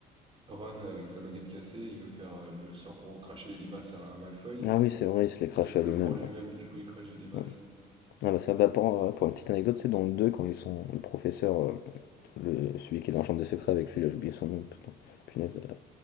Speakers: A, on the right; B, on the left.
A: Ron avec sa baguette cassée, il veut faire euh, le sort pour cracher des limaces à Malfoy,
B: Ah oui, c'est vrai, il se les crache
A: et qu'il se
B: à lui-même.
A: le prend lui-même
B: Ouais.
A: et du coup il crache des limaces.
B: Ouais. Ah bah ça, bah pour, euh, pour une petite anecdote, c'est dans le 2 quand ils sont le professeur, euh, le, celui qui est dans la chambre des secrets avec lui, là j'ai oublié son nom, putain, punaise. euh.